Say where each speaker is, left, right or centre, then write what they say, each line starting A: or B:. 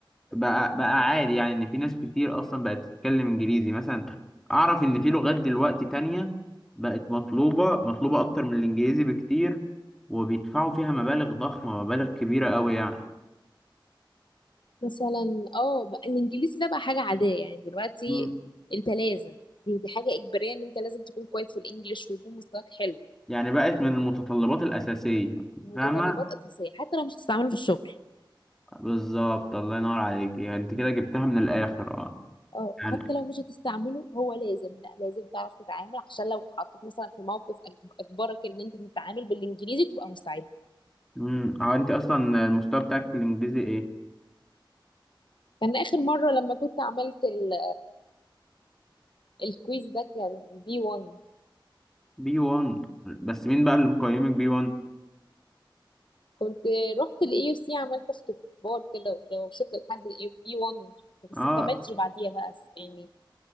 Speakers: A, in the centre; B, on the left.
A: بقى بقى عادي يعني إن في ناس كتير أصلا بقت تتكلم إنجليزي مثلا أعرف إن في لغات دلوقتي تانية بقت مطلوبة مطلوبة أكتر من الإنجليزي بكتير وبيدفعوا فيها مبالغ ضخمة مبالغ كبيرة أوي يعني
B: مثلا اه بقى الانجليزي ده بقى حاجه عاديه يعني دلوقتي
A: مم.
B: انت لازم دي, دي حاجه اجباريه ان انت لازم تكون كويس في الانجليش ويكون مستواك حلو
A: يعني بقت من المتطلبات الأساسية
B: متطلبات
A: فاهمة
B: اساسيه حتى لو مش هتستعمله في الشغل
A: بالظبط الله ينور عليك يعني انت كده جبتها من الاخر اه
B: اه
A: يعني
B: حتى لو مش هتستعمله هو لازم لا لازم تعرف تتعامل عشان لو اتحطيت مثلا في موقف أج- اجبرك ان انت تتعامل بالانجليزي تبقى مستعد
A: امم هو انت اصلا المستوى بتاعك في الانجليزي ايه
B: كان اخر مره لما كنت عملت ال- الكويز ده كان بي 1
A: بي 1 بس مين بقى اللي مقيمك بي 1
B: كنت رحت الاي يو سي عملت اختبار كده ووصلت لحد الاي بي 1 بس
A: اه
B: ما كملتش بعديها بقى يعني